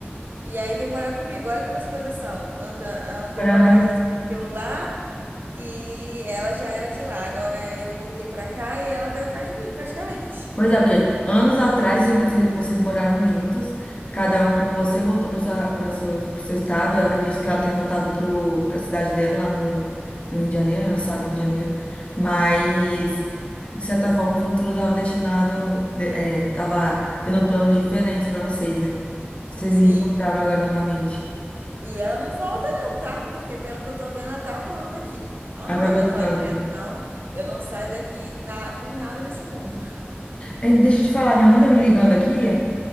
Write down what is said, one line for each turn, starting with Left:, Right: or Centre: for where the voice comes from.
Right: E aí veio morar comigo. Olha como as coisas são. Anda, há um tempo
Left: Moraram.
Right: atrás a gente se conheceu lá e ela já era de lá. Agora eu voltei pra cá e ela veio atrás de mim, praticamente.
Left: Pois é, porque anos atrás você- você- vocês moraram juntos, cada um, você voltou para sua, para seu, pro seu estado, eu acredito que ela tenha voltado para a cidade dela lá no, no Rio de Janeiro, no estado do Rio de Janeiro, mas de certa forma o futuro estava destinado, de- é, tava tendo planos diferentes para vocês, né? Vocês
Right: <laughs> Sim.
Left: se encontraram agora novamente.
Right: E ela não volta, não, tá? Porque pelo que eu tô vendo, ela tá amando aqui. Amanda,
Left: Até gostando.
Right: ela fala direto, não, eu não saio daqui na- por nada nesse mundo. <laughs>
Left: Eh, Deixa eu te falar, minha mãe tá me ligando aqui.